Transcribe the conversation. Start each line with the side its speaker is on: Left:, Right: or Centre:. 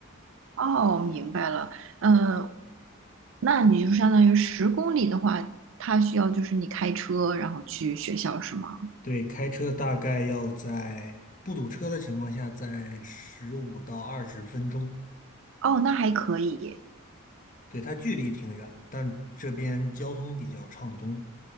Right: 哦，明白了。嗯、那你就相当于十公里的话，它需要就是你开车然后去学校是吗？
Left: 对，开车大概要在不堵车的情况下，在十五到二十分钟。
Right: 哦，那还可以。
Left: 对，它距离挺远，但这边交通比较畅通。